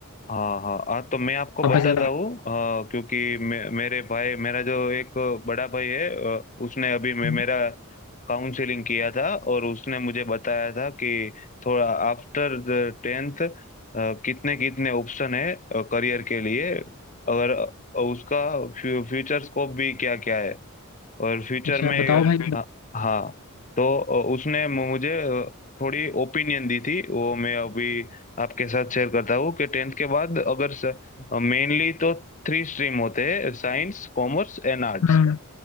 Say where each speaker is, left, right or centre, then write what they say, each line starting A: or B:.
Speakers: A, on the left (about 35°); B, on the left (about 80°).
A: हाँ हाँ हाँ तो मैं आपको
B: पापा
A: बताता
B: से बात-
A: हूँ हाँ, क्योंकि मे, मेरे भाई मेरा जो एक बड़ा भाई है अ, उसने अभी मे,
B: <laughs>
A: मेरा काउंसलिंग किया था और उसने मुझे बताया था कि थोड़ा आफ्टर द टेंथ कितने कितने ऑप्शन है करियर के लिए और उसका फ्यूचर स्कोप भी क्या क्या है और फ्यूचर
B: अच्छा
A: में
B: बताओ भाई
A: अ, हाँ तो अ, उसने मु- मुझे अ, थोड़ी ओपिनियन दी थी वो मैं अभी आपके साथ शेयर करता हूँ कि टेंथ के बाद अगर मेनली तो थ्री स्ट्रीम होते हैं साइंस कॉमर्स एंड आर्ट्स
B: हाँ